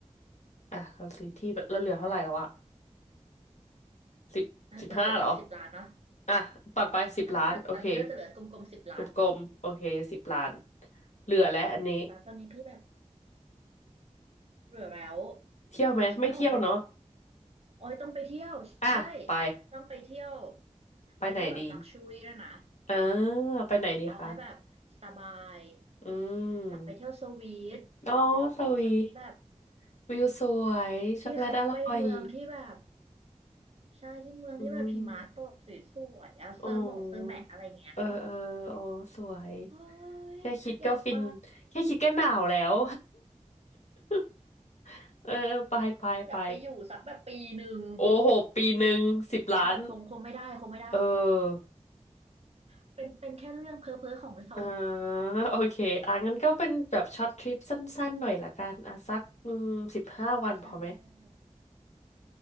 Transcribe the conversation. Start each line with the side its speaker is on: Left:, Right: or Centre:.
Left: อ่ะเราซื้อที่ไปเราเหลือเท่าไหร่แล้วอะสิบสิบห้าเหรอ
Right: น่าจะเหลือแบบสิบล้านเนาะ
Left: อ่ะตัดไปสิบล้านโอเค
Right: น่าน่าตอนนี้น่าจะเหลือกลมๆสิบล้าน
Left: กลมๆโอเคสิบล้านเหลือแล้วอันนี้
Right: สิบล้านตอนนี้คือแบบเหลือแล้ว
Left: เที่ยวไหมไม่เที่ยวเนาะ
Right: อ๋อคิดไม่ออกเลยอ๋อต้องไปเที่ยวใช่
Left: อ่ะไป
Right: ต้องไปเที่ยว
Left: ไปไหนดี
Right: ไปเที่ยวแบบลักชัวรี่ด้วยนะ
Left: อ่าไปไหนดีคะ
Right: เอาให้แบบสบาย
Left: อืม
Right: อยากไปเที่ยวสวีท
Left: อ๋อสวีท
Right: สวีทแบบ
Left: วิวสวยช็อกโกแลตอร่อย
Right: ที่เขาไปเมืองที่แบบใช่ที่เมืองที่แบบหิมะตกสวยๆอะเซอร์หม่งเซอร์แหมะอะไรเงี้ย
Left: อืมอ๋อเออเอออ๋อสวย
Right: โอ้ยอยากไป
Left: แค่คิดก็ฟินแค่คิดก็หนาวแล้ว <laughs> เออเออไปไปไป
Right: อยากไปอยู่สักแบบปีหนึ่ง
Left: โอ้โหปีหนึ่งสิบล้าน
Right: แต่แบบคงคงไม่ได้คงไม่ได้
Left: เออ
Right: <laughs> เป็นเป็นแค่เรื่องเพ้อเพ้อของเรา
Left: อ่าโอเคอ่ะงั้นก็เป็นแบบช็อตทริปสั้นๆหน่อยละกันอ่ะสักอืมสิบห้าวันพอไหม
Right: ใช่